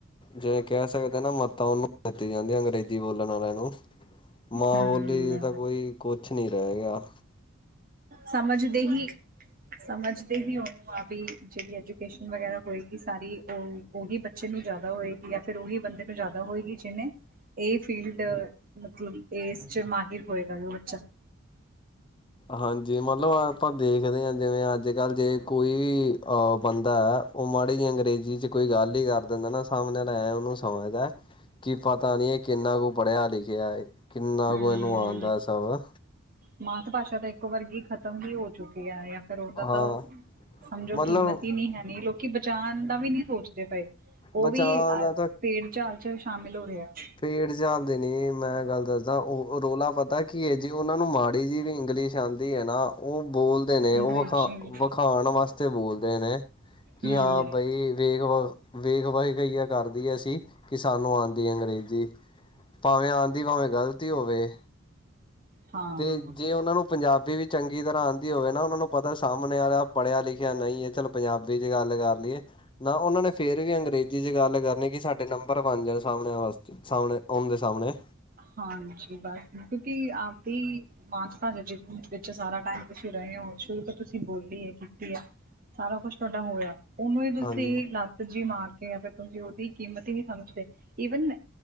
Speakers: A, on the left; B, on the right.
A: ਜਿਵੇਂ ਕਹਿ ਸਕਦੇ ਨਾ ਮਤਾਂ ਉਹਨੂੰ ਦਿੱਤੀ ਜਾਂਦੀਆਂ ਅੰਗਰੇਜ਼ੀ ਬੋਲਣ ਵਾਲਿਆਂ ਨੂੰ। ਮਾਂ
B: ਹਮ
A: ਬੋਲੀ ਤਾਂ ਕੋਈ, ਕੁਛ ਨਹੀਂ ਰਹਿ ਗਿਆ।
B: ਸਮਝਦੇ ਹੀ ਸਮਝਦੇ ਹੀ ਉਹਨੂੰ ਆ ਵੀ ਜਿਹੜੀ ਐਜੂਕੇਸ਼ਨ ਵਗੈਰਾ ਹੋਏਗੀ ਸਾਰੀ ਉਹ। ਉਹੀ ਬੱਚੇ ਨੂੰ ਜ਼ਿਆਦਾ ਹੋਏਗੀ ਜਾਂ ਫਿਰ ਉਹੀ ਬੰਦੇ ਨੂੰ ਜ਼ਿਆਦਾ ਹੋਏਗੀ ਜਿਹਨੇ ਇਹ ਫੀਲਡ, ਮਤਲਬ ਇਸ ਚ' ਮਾਹਿਰ ਹੋਏਗਾ ਉਹ ਬੱਚਾ।
A: ਹਾਂਜੀ, ਮਤਲਬ ਆਪਾਂ ਦੇਖਦੇ ਹਾਂ ਜਿਵੇਂ ਅੱਜ ਕੱਲ੍ਹ ਜੇ ਕੋਈ ਵੀ ਅ ਬੰਦਾ ਹੈ। ਉਹ ਮਾੜੀ ਜੀ ਅੰਗਰੇਜ਼ੀ ਚ' ਕੋਈ ਗੱਲ ਹੀ ਕਰ ਦਿੰਦਾ ਨਾ, ਸਾਹਮਣੇ ਐਂ ਉਹਨੂੰ ਸਮਝਦਾ। ਕਿ ਪਤਾ ਨਹੀ ਕਿ ਕਿੰਨਾ ਕੁ ਪੜਿਆ-ਲਿਖਿਆ ਏ। ਕਿੰਨਾ
B: ਹਮ
A: ਕੁ ਆੰਉਦਾ ਹੈ ਸਬ।
B: ਮਾਤ ਭਾਸ਼ਾ ਤਾਂ ਇੱਕ ਵਰਗੀ ਖ਼ਤਮ ਹੀ ਹੋ ਚੁੱਕੀ ਹੈ। ਕਰੋ ਤਾਂ
A: ਹਾਂ
B: ਤਾਂ ਸਮਝੋ
A: ਮਤਲਬ
B: ਕੀਮਤ ਹੀ ਨਹੀਂ ਹੈਨੀ ਲੋਕੀ ਬਚਾਉਣ ਦਾ ਵੀ ਨਹੀਂ ਸੋਚਦੇ ਪਏ। ਉਹ
A: ਬਚਾਅ
B: ਵੀ ਭੇਡ-
A: ਦਾ
B: ਚਾਲ ਚ' ਸ਼ਾਮਿਲ ਹੋ ਰਿਹਾ ਏ।
A: ਭੇਡ- ਚਾਲ ਤੇ ਨੀ, ਮੈਂ ਗੱਲ ਦੱਸਦਾ ਉਹ ਰੌਲਾ ਪਤਾ ਕੀ ਹੈ। ਜੀ ਉਹਨਾਂ ਨੂੰ ਮਾੜੀ ਜੀ ਵੀ ਇੰਗਲਿਸ਼ ਜਾਂਦੀ ਹੈ ਨਾ ਉਹ ਬੋਲ ਨੇ
B: ਅੰਗਰੇਜ਼ੀ
A: ਉਹ ਵਖਾ- ਵਖਾਣ ਵਾਸਤੇ ਬੋਲਦੇ ਨੇ ਕਿ
B: ਹਮ
A: ਹਾਂ, ਬਈ ਵੇਖ ਵ, ਵੇਖ -ਵਖ ਕਈਆ ਕਰਦੀ ਹੈ ਸੀ ਕਿ ਸਾਨੂੰ ਆਉਂਦੀ ਅੰਗਰੇਜ਼। ਜੀ। ਭਾਵੇਂ ਆਂਦੀ ਭਾਵੇਂ ਗ਼ਲਤੀ ਹੋਵੇ।
B: ਹਾਂ
A: ਤੇ ਜੇ ਉਹਨਾਂ ਨੂੰ ਪੰਜਾਬੀ ਵੀ ਚੰਗੀ ਤਰ੍ਹਾਂ ਆਉਂਦੀ ਹੋਵੇ ਨਾ, ਉਹਨਾਂ ਨੂੰ ਪਤਾ ਸਾਹਮਣੇ ਆ ਪੜ੍ਹਿਆ- ਲਿਖਿਆ ਨਹੀਂ ਹੈ ਚੱਲ ਪੰਜਾਬੀ ਚ' ਗੱਲ ਕਰ ਲਈਏ। ਨਾ ਉਹਨਾਂ ਨੇ ਫੇਰ ਵੀ ਅੰਗਰੇਜ਼ੀ ਜੀ ਜੇ ਗੱਲ ਕਰਨੀ ਕਿ ਸਾਡੇ ਨੰਬਰ ਬਣ ਜਾਣ ਸਾਹਮਣੇ ਵਾਸਤੇ ਸਾਹਮਣੇ ਓਦੇ ਸਾਹਮਣੇ।
B: ਹਾਂਜੀ। ਬਸ, ਕਿਉਂਕਿ ਆਪਦੀ ਮਾਸ ਭਾ ਜੇ ਵਿੱਚ ਸਾਰਾ ਟਾਈਮ ਤੁਸੀਂ ਰਹੇ ਹੋ ਸ਼ੁਰੂ ਤੋਂ ਤੁਸੀਂ ਬੋਲੀ ਹੈ, ਕੀਤੀ ਹੈ। ਸਾਰਾ ਕੁਛ ਤੁਹਾਡਾ ਹੋਇਆ। ਉਹਨੂੰ ਹੀ ਤੁਸੀਂ
A: ਹਾਂਜੀ
B: ਲੱਤ ਜੀ ਮਾਰ ਫਿਰ ਤੁਸੀਂ ਉਹਦੀ ਕੀਮਤ ਹੀ ਨਹੀਂ ਸਮਝਦੇ। ਈਵਨ